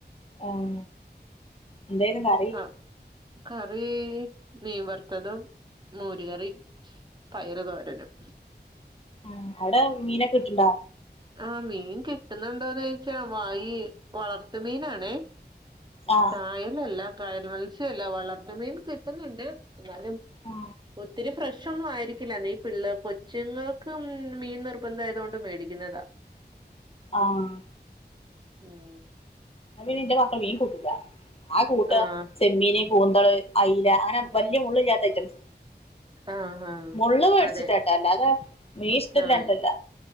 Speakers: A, on the left; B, on the right.
A: ആഹ് എന്തായരുന്നു കറി
B: ആ കറി മീൻ വറുത്തതും മോര് കറി പയറ് തോരനും
A: ആ അവിടെ മീനൊക്കെ കിട്ട്ണ്ടോ
B: ആ മീൻ കിട്ടുന്നുണ്ടോന്ന് ചോദിച്ചാ ഈ വളർത്ത് മീനാണേ
A: ആ
B: കായലല്ല കായൽ മത്സ്യല്ല വളർത്ത് മീൻ കിട്ടുന്നുണ്ട് എന്നാലും-
A: ആ ആ
B: ഒത്തിരി ഫ്രഷ് ഒന്നും ആയിരിക്കില്ല നീ പിള്ളേ കൊച്ചുങ്ങൾക്ക് മീൻ നിർബന്ധമായതുകൊണ്ട് മേടിക്കും ന്നതാ
A: ആഹ്
B: ഉം
A: എന്നാ പിന്നെ എന്റെ മക്കള് മീൻ കൂട്ടില്ല ആകെ കൂട്ടുക
B: ആഹ്
A: ചെമ്മീന് കൂന്തള് അയല അങ്ങനെ വലിയ മുള്ള് ഇല്ലാത്ത ഐറ്റംസ്
B: ആഹ് ആഹ്
A: മുള്ള് പേടിച്ചിട്ടാ
B: അതെ
A: കേട്ടോ അല്ലാതെ മീന് ഇഷ്ട്ടവില്ലാഞ്ഞിട്ടല്ല
B: ആഹ്